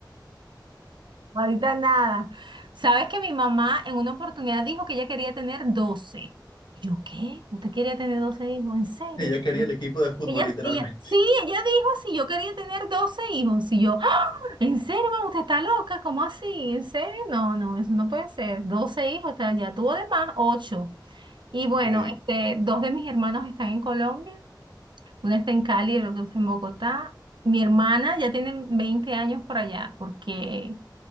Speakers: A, on the right (about 75°); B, on the left (about 70°).
A: Ahorita nada. Sabes que mi mamá en una oportunidad dijo que ella quería tener doce Y Yo, ¿qué? ¿Usted quería tener 12 hijos? ¿En serio?
B: Ella quería
A: Bueno,
B: el equipo de fútbol,
A: Ella,
B: literalmente.
A: ella, sí, ella dijo si yo quería tener 12 hijos. Y yo, "Ah, ¿en serio, mamá? ¿Usted está loca? ¿Cómo así? ¿En serio? No, no, eso no puede ser. doce hijos, o sea, ya tuvo de más ocho Y bueno,
B: Sí.
A: este, dos de mis hermanos están en Colombia. Una está en Cali y el otro está en Bogotá. Mi hermana ya tiene 20 años por allá, porque